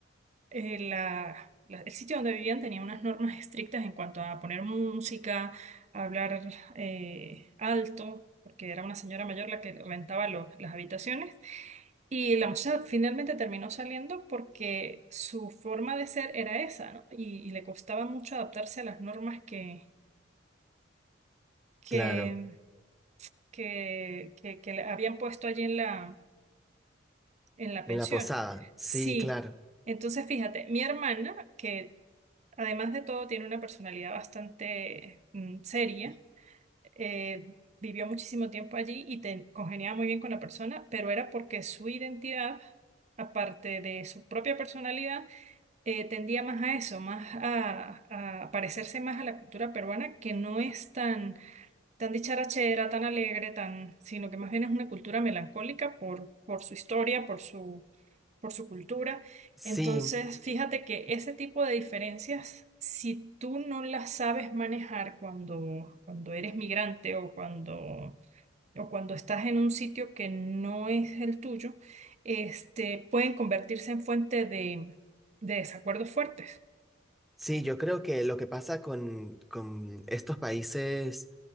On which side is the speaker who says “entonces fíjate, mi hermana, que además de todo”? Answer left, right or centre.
Right